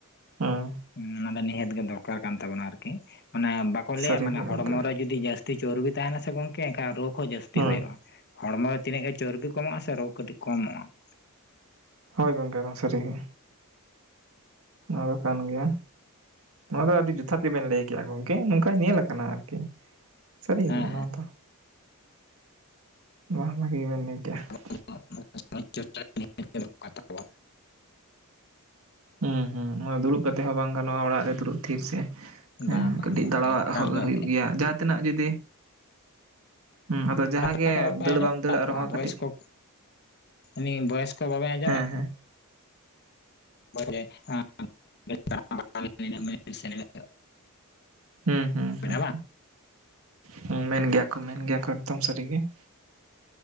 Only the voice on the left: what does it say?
ᱚᱱᱟ ᱫᱚ ᱱᱤᱦᱟᱹᱛ ᱜᱮ ᱫᱚᱨᱠᱟᱨ ᱠᱟᱱ ᱛᱟᱵᱚᱱᱟ ᱟᱨᱠᱤ ᱾ ᱢᱟᱱᱮ ᱵᱟᱠᱚ
ᱞᱟᱹᱭᱟ ᱢᱟᱱᱮ
ᱦᱚᱲᱢᱚ ᱨᱮ ᱡᱩᱫᱤ ᱡᱟᱹᱥᱛᱤ ᱪᱚᱨᱵᱤ ᱛᱟᱦᱮᱱᱟ ᱥᱮ ᱜᱚᱢᱠᱮ ᱮᱱᱠᱷᱟᱱ ᱨᱳᱜᱽ, ᱠᱚ ᱡᱟᱹᱥᱛᱤ
ᱦᱳᱭᱳᱜᱼᱟ, ᱦᱚᱲᱢᱚ ᱨᱮ ᱛᱤᱱᱟᱹᱜ ᱜᱮ ᱪᱚᱨᱵᱤ ᱠᱚᱢᱚᱜᱼᱟ ᱥᱮ ᱨᱳᱜᱽ ᱠᱟᱹᱴᱤᱡ ᱠᱚᱢᱚᱜᱼᱟ ᱾
ᱦᱮᱸ
<inaudible> <inaudible>
ᱵᱟᱝ ᱵᱟᱝ
ᱵᱟᱝ
ᱮᱠᱟᱞ
ᱜᱮ
<inaudible>
ᱟᱸᱡᱚᱢᱮᱫ
ᱛᱟᱠᱚᱣᱟ
ᱵᱚᱭᱮᱥ
ᱠᱚ, ᱩᱱᱤ ᱵᱚᱭᱮᱥ ᱠᱚ ᱵᱟᱵᱮᱱ ᱟᱸᱡᱚᱢᱟ
<inaudible>
ᱵᱟᱝ